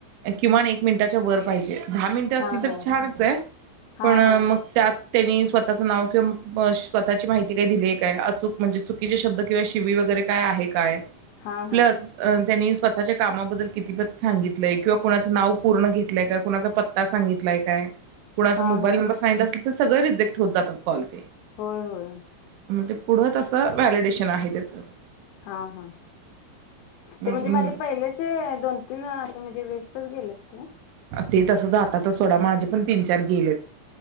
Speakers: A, on the right (about 80°); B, on the left (about 75°).
A: किमान एक मिनिटाच्या वर पाहिजे. दहा मिनिटं
B: हा
A: असली तर
B: हा
A: छानच आहे
B: हा
A: पण अ
B: हा
A: मग त्यात त्यांनी स्वतःचं नाव किंव मं बॉश स्वतःची माहिती काय दिलीये काय अचूक म्हणजे चुकीचे शब्द किंवा शिवी व जरी काय आहे काय?
B: हा हा
A: प्लस अ त्यांनी स्वतःच्या कामाबद्दल कितीपत सांगितलंय कोणाचं नाव पूर्ण घेतलंय का कुणाचा पत्ता सांगितलाय काय? कुणाचा
B: हा
A: मोबाईल
B: हा
A: नंबर सांगितला असेल तर सगळे रिजेक्ट होत जातात कॉल ते
B: होय होय
A: म ते पुढं तसं व्हॅलिडेशन आहे त्याचं
B: हा हा
A: मग
B: ते म्हणजे
A: म्हणून
B: माझे पहिलेचे दोन तीन अस म्हणजे वेस्ट तर गेले असतील ना
A: ते तसं जातातच सोडा माझे पण तीन चार गेलेत.